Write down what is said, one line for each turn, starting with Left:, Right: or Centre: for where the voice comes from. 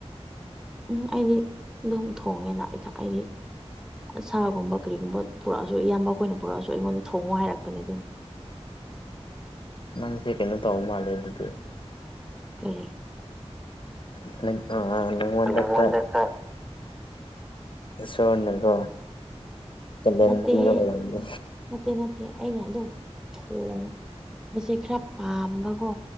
Centre: ꯎꯝ ꯑꯩꯗꯤ ꯑꯗꯨꯝ ꯊꯣꯡꯉꯦꯅ ꯏꯊ ꯑꯩꯗꯤ ꯁꯥꯒꯨꯝꯕ ꯀꯔꯤꯒꯨꯝꯕ ꯄꯨꯔꯛꯑꯁꯨ ꯏꯌꯥꯝꯕ ꯑꯩꯈꯣꯏꯅ ꯄꯨꯔꯛꯑꯁꯨ ꯑꯩꯉꯣꯟꯗ ꯊꯣꯡꯉꯨ ꯍꯥꯏꯔꯛꯄꯅꯦ ꯑꯗꯨꯝ
Left: ꯅꯪꯁꯦ ꯀꯩꯅꯣ ꯇꯧꯕ ꯃꯥꯜꯂꯦ ꯑꯗꯨꯗꯤ
Centre: ꯀꯔꯤ
Left: <unintelligible>
Centre: <unintelligible>
Left: ꯈꯔ ꯏꯁꯣꯔꯅꯀꯣ ꯇꯦꯂꯦꯟ
Centre: ꯅꯠꯇꯦꯍꯦ
Left: ꯄꯤꯕ ꯑꯣꯏꯔꯝꯅꯤ
Centre: ꯅꯠꯇꯦ ꯅꯠꯇꯦ ꯑꯩꯅ ꯑꯗꯨꯝ ꯊꯣꯡꯕꯁꯦ ꯈꯔ ꯄꯥꯝꯕꯀꯣ